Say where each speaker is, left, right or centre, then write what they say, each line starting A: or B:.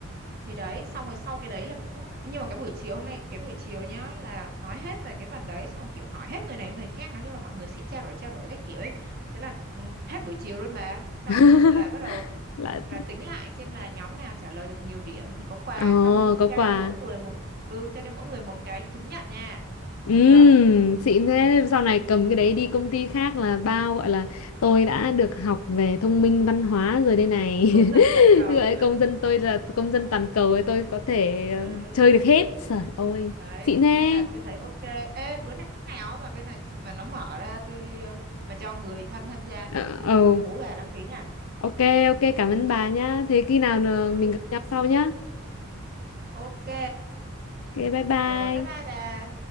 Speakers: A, on the right; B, on the left.
A: thì đấy xong rồi sau cái đấy là cũng nhưng mà cái buổi chiều hôm nay cái buổi chiều nhá là nói hết về cái phần đấy xong rồi kiểu hỏi hết người này người khác nói chung là mọi người sẽ trao đổi trao đổi các kiểu ấy thế là ừ, hết buổi chiều luôn bà xong
B: <laughs>
A: là bắt đầu
B: là
A: là tính lại xem là nhóm nào trả lời được nhiều điểm thì có quà
B: ờ
A: xong
B: có
A: trao
B: quà
A: cho mỗi người một ừ trao cho mỗi người một cái chứng nhận nha
B: Ừm,
A: xịn chưa
B: xịn thế sau này cầm cái đấy đi công ty khác là bao gọi là tôi đã được học về thông minh văn hóa rồi đây này
A: công dân toàn
B: <laughs>
A: cầu
B: gọi công dân tôi là công dân toàn cầu ấy, tôi có thể ờ,
A: <laughs> ừ
B: chơi được hết trời ơi
A: đấy
B: xịn thế
A: nên là tôi thấy ok ê bữa nào mà bên này mà nó mở ra tôi ờ, mà cho người thân tham gia
B: ờ
A: tôi
B: ồ,
A: tôi hú bà đăng ký nha
B: ok ok cảm ơn bà nhá thế khi nào ờ,
A: ừ
B: mình gặp nhau sau nhá
A: ok
B: ok bye bye
A: rồi bye bye bà